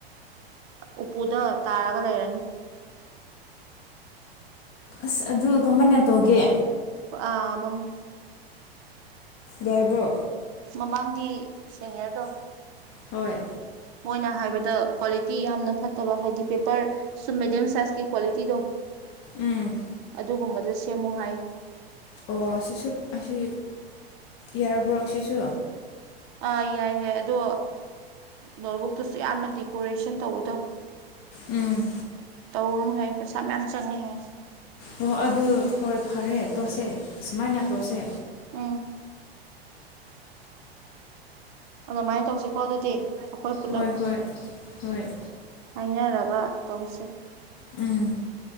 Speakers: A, on the right; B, on the left.
A: ꯎꯄꯨꯗ ꯇꯥꯔꯒ ꯂꯩꯔꯅꯤ
B: ꯑꯁ ꯑꯗꯨ ꯀꯃꯅ ꯇꯧꯒꯦ
A: ꯑꯃ
B: ꯌꯥꯏꯕ꯭ꯔꯣ
A: ꯃꯃꯥꯡꯒꯤ ꯁꯦꯅꯤꯌꯔꯗꯣ
B: ꯍꯣꯏ
A: ꯃꯣꯏꯅ ꯍꯥꯏꯕꯗ ꯀ꯭ꯋꯥꯂꯤꯇꯤ ꯌꯥꯝꯅ ꯐꯠꯇꯕ ꯍꯥꯏꯗꯤ ꯄꯦꯄꯔ ꯁꯨꯝ ꯃꯦꯗꯤꯌꯝ ꯁꯥꯏꯖꯀꯤ ꯀ꯭ꯋꯥꯂꯤꯇꯤꯗꯣ
B: ꯎꯝ
A: ꯑꯗꯨꯒꯨꯝꯕꯗ ꯁꯦꯝꯃꯨ ꯍꯥꯏ
B: ꯑꯣ ꯑꯁꯤꯁꯨ ꯑꯁꯤ ꯌꯥꯔꯕ꯭ꯔꯣ ꯁꯤꯁꯨ
A: ꯑꯥ ꯌꯥꯏ ꯌꯥꯏ ꯑꯗꯣ ꯅꯣꯠꯕꯨꯛꯇꯁꯨ ꯌꯥꯝꯅ ꯗꯦꯀꯣꯔꯦꯁꯟ ꯇꯧꯕꯗꯣ
B: ꯎꯝ
A: ꯇꯧꯅꯨ ꯍꯥꯏ ꯄꯩꯁꯥ ꯃꯌꯥꯝ ꯆꯪꯉꯦ ꯍꯥꯏ
B: ꯑꯣ ꯑꯗꯨ ꯍꯣꯏ ꯐꯔꯦ ꯇꯣꯠꯁꯦ ꯁꯨꯃꯥꯏꯅ ꯇꯣꯠꯁꯦ
A: ꯎꯝ ꯑꯗꯨꯃꯥꯏꯅ ꯇꯧꯁꯤꯀꯣ ꯑꯗꯨꯗꯤ ꯑꯩꯈꯣꯏ ꯄꯨꯂꯞ
B: ꯍꯣꯏ ꯍꯣꯏ ꯍꯣꯏ
A: ꯍꯥꯏꯅꯔꯒ ꯋꯥ ꯇꯧꯁꯦ
B: ꯎꯝ